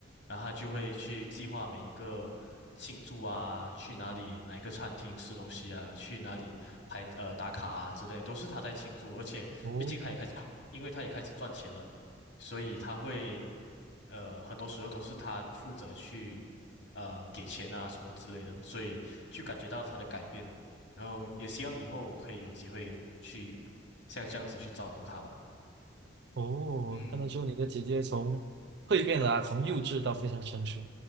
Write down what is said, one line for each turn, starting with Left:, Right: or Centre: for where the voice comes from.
Left: 然后她就会去计划每一个庆祝啊，去哪里哪一个餐厅吃东西啊，去哪里拍呃打卡啊之类，都是她在庆祝。而且毕竟她也开始，
Right: 哦
Left: 因为她也开始赚钱了，所以她会。呃，很多时候都是他负责去呃给钱啊什么之类的，所以就感觉到他的改变，然后也希望以后我可以有机会去像这样子去照顾他吧。
Right: 哦，
Left: 嗯，
Right: 看得出你的姐姐从蜕变了啊，从幼稚到非常成熟。